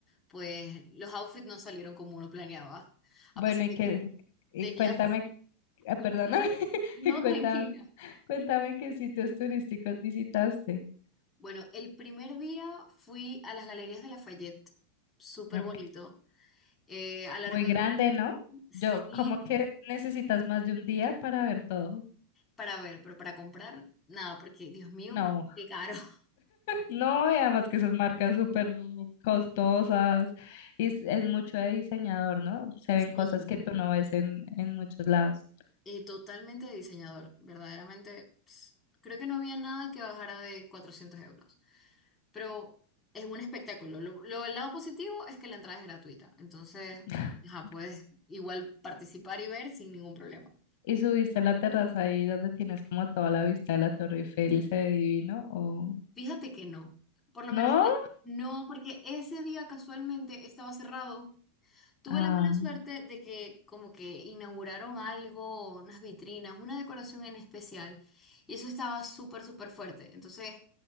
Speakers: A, on the left; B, on the left.
A: pues los outfits no salieron como uno planeaba, a
B: Bueno,
A: pesar
B: y
A: de
B: que,
A: que
B: y
A: tenía
B: cuéntame, ah,
A: full...
B: perdóname, <laughs>
A: No,
B: y cuéntame,
A: tranquila.
B: cuéntame qué sitios turísticos visitaste.
A: Bueno, el primer día fui a las Galerías de Lafayette, súper
B: Ok.
A: bonito. Eh, a largo
B: Muy grande, ¿no?
A: sí,
B: Yo, como que necesitas más de un día para ver todo.
A: para ver, pero para comprar, nada, porque Dios mío,
B: No.
A: qué caro. <laughs>
B: No, y además que esas marcas súper costosas y es, es mucho de diseñador, ¿no? Se
A: Sí,
B: ven cosas que tú no ves en, en muchos lados.
A: eh, totalmente de diseñador, verdaderamente. ps, creo que no había nada que bajara de 400 euros, pero es un espectáculo. Lo, lo- el lado positivo es que la entrada es gratuita, entonces,
B: <laughs>
A: ajá, puedes igual participar y ver sin ningún problema.
B: ¿Y subiste a la terraza ahí donde tienes como toda la vista de la Torre Eiffel y se ve divino? ¿O
A: Fíjate que no, por lo
B: no?
A: menos el- no, porque ese día casualmente estaba cerrado. Tuve
B: Ah,
A: la mala suerte de que como que inauguraron algo, unas vitrinas, una decoración en especial, y eso estaba súper, súper fuerte. Entonces,